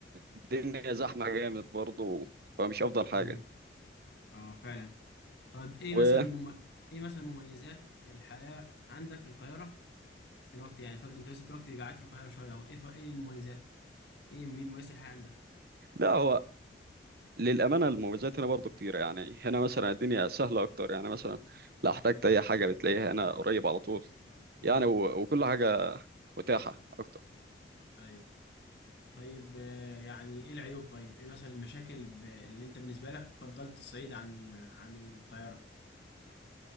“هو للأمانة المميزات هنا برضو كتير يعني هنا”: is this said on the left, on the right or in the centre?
Right